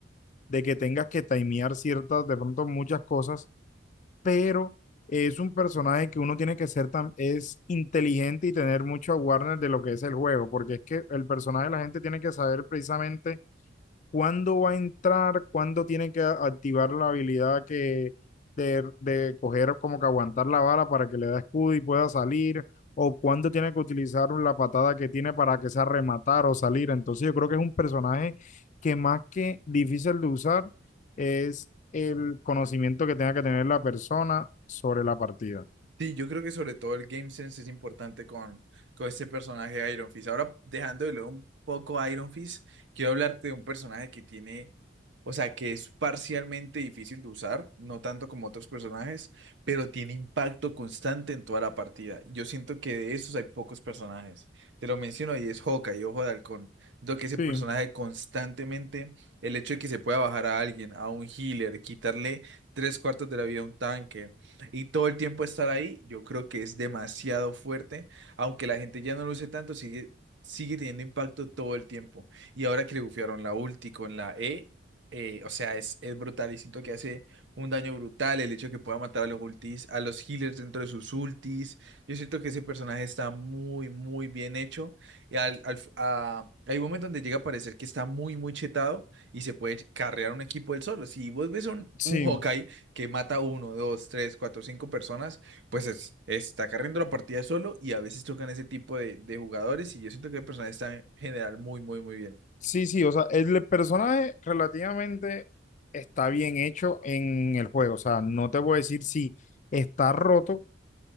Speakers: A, on the left; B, on the right.
A: de que tengas que timear ciertas, de pronto muchas cosas pero es un personaje que uno tiene que ser tan, es inteligente y tener mucho awareness de lo que es el juego, porque es que el personaje la gente tiene que saber precisamente cuándo va a entrar, cuándo tiene que a- activar la habilidad que de, de coger como que aguantar la bala para que le da escudo y pueda salir, o cuándo tiene que utilizar la patada que tiene para que sea rematar o salir. Entonces yo creo que es un personaje que más que difícil de usar es el conocimiento que tenga que tener la persona sobre la partida.
B: Sí, yo creo que sobre todo el game sense es importante con, con este personaje de Iron Fist. Ahora, dejando de lado un poco a Iron Fist, quiero hablarte de un personaje que tiene, o sea, que es parcialmente difícil de usar, no tanto como otros personajes, pero tiene impacto constante en toda la partida. Yo siento que de esos hay pocos personajes. Te lo menciono y es Hawkeye, Ojo de Halcón. Lo que ese
A: Sí,
B: personaje constantemente, el hecho de que se pueda bajar a alguien, a un healer, quitarle tres cuartos de la vida a un tanque y todo el tiempo estar ahí, yo creo que es demasiado fuerte, aunque la gente ya no lo use tanto, sigue, sigue teniendo impacto todo el tiempo. Y ahora que le bufiaron la ulti con la E, eh, o sea, es, es brutal y siento que hace un daño brutal el hecho de que pueda matar a los ultis, a los healers dentro de sus ultis. Yo siento que ese personaje está muy, muy bien hecho. Y al, al- a- hay un momento donde llega a parecer que está muy, muy chetado y se puede carrear un equipo él solo. Si vos ves un,
A: sí.
B: un Hawkeye que mata uno, dos, tres, cuatro, cinco personas, pues es- está carriendo la partida solo y a veces tocan ese tipo de, de jugadores y yo siento que el personaje está en general muy, muy, muy bien.
A: Sí, sí, o sea, el personaje relativamente está bien hecho en el juego. O sea, no te voy a decir si está roto,